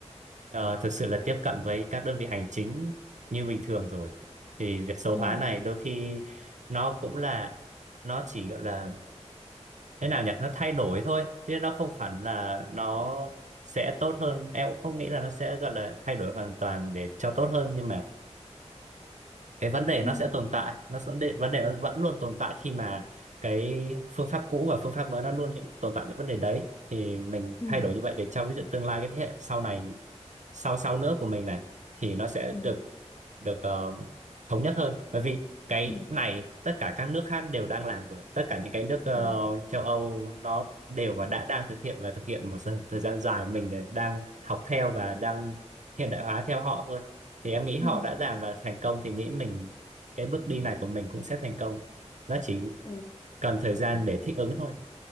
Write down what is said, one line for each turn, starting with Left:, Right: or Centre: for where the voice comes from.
Right: ờ, thực sự là tiếp cận với các đơn vị hành chính như bình thường rồi thì việc số
Left: ừ
Right: hóa này đôi khi nó cũng là nó chỉ gọi là thế nào nhỉ nó thay đổi thôi chứ nó không hẳn là nó sẽ tốt hơn em cũng không nghĩ là nó sẽ gọi là thay đổi hoàn toàn để cho tốt hơn nhưng mà cái vấn đề nó
Left: ừ
Right: sẽ tồn tại nó vấn vấn đề nó vẫn luôn tồn tại khi mà cái phương pháp cũ và phương pháp mới nó luôn những tồn tại những vấn đề đấy thì mình
Left: ừ
Right: thay đổi như vậy để cho ví dụ tương lai cái thế hệ sau này sau sau nữa của mình này thì nó sẽ
Left: ừ
Right: được được ờ, thống nhất hơn bởi vì cái
Left: ừ
Right: này tất cả các nước khác đều đang làm rồi tất cả những cái nước ờ,
Left: ừ
Right: châu Âu nó đều và đã đang thực hiện và thực hiện một thời thời gian dài mình để đang học theo và đang hiện đại hóa theo họ thôi thì em nghĩ họ
Left: ừ
Right: đã làm và thành công thì nghĩ mình cái bước đi này của mình cũng sẽ thành công nó chỉ
Left: ừ
Right: cần thời gian để thích ứng thôi